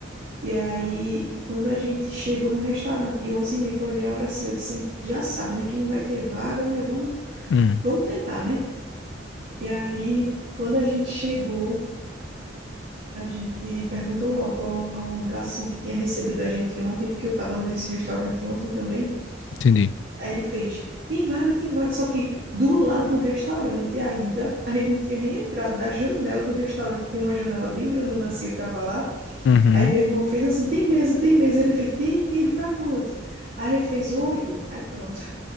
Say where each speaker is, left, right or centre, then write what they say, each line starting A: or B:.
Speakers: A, on the right; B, on the left.
A: E aí, quando a gente chegou no restaurante de onze e meia, que eu olhei a hora assim, eu disse, assim, já sabe, né, que não vai ter vaga, mas vamos,
B: Hum,
A: vamos tentar, né? E aí, quando a gente chegou, A gente perguntou logo a um, a um garçom que tinha recebido a gente ontem, porque eu estava nesse restaurante ontem também.
B: entendi.
A: Aí ele fez: tem vaga, tem vaga. Só que do lado do restaurante ainda, a gente não tinha nem entrado da janela do restaurante, que tem uma janela bem grandona assim, ele estava lá.
B: Uhum.
A: Aí meu irmão fez assim: tem mesa, tem mesa. Ele fez: tem, tem. Ele pra quanto? Aí a gente fez oito. Aí pronto.